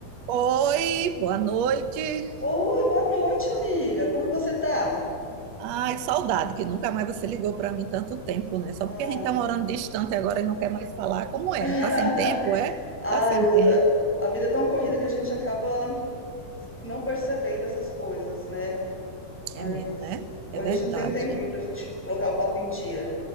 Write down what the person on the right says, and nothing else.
Oi, boa noite.
Ai, saudade, que nunca mais você ligou para mim tanto tempo, né? Só
porque a gente tá morando distante agora e não quer mais falar. Como é?
Tá sem tempo, é?
Tá sem
tempo.
É mesmo, né?
É verdade.